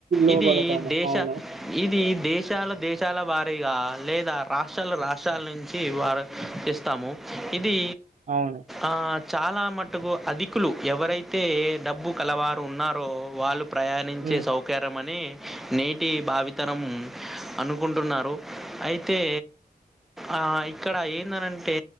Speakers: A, on the right; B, in the centre.
A: లోబడతాము.
B: ఇది దేశ
A: అవును.
B: ఇది దేశాల దేశాల వారీగా లేదా రాష్ట్రాలు రాష్ట్రాల నుంచి వార్ ఇస్తాము ఇది
A: అవును
B: ఆ చాలా మటుకు అధికులు ఎవరైతే డబ్బు కలవారు ఉన్నారో వాళ్ళు ప్రయాణించే
A: హ్మ్.
B: సౌకార్య మని నేటి భావితరం అనుకుంటున్నారు అయితే ఆ ఇక్కడ ఏందనంటే